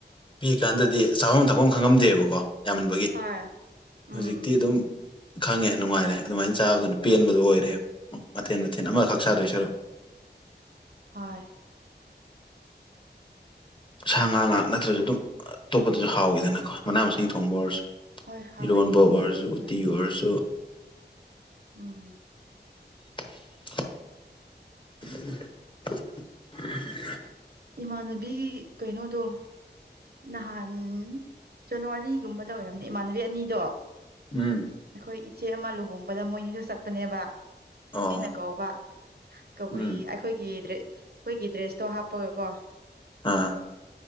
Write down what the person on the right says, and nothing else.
ꯍꯣꯏ ꯎꯝ
ꯑꯣ
ꯍꯣꯏ
ꯑꯗꯨꯗꯤ
ꯍꯣꯏ ꯍꯥꯎꯋꯦ
ꯍꯣꯏ
ꯎꯝ
ꯏꯃꯥꯟꯅꯕꯤꯒꯤ ꯀꯩꯅꯣꯗꯣ ꯅꯍꯥꯟ ꯖꯅꯋꯥꯔꯤꯒꯨꯝꯕꯗ ꯑꯣꯏꯔꯝꯅꯦ ꯏꯃꯥꯟꯅꯕꯤ ꯑꯅꯤꯗꯣ
ꯑꯩꯈꯣꯏ ꯏꯆꯦ ꯑꯃ ꯂꯨꯍꯣꯡꯕꯗ ꯃꯣꯏꯅꯤꯁꯨ ꯆꯠꯄꯅꯦꯕ
ꯑꯩꯅ ꯀꯧꯕꯕ ꯀꯕꯨꯏ
ꯑꯈꯣꯏꯒꯤ ꯑꯈꯣꯏꯒꯤ ꯗ꯭ꯔꯦꯁ ꯇꯣ ꯍꯥꯞꯄꯒꯀꯣ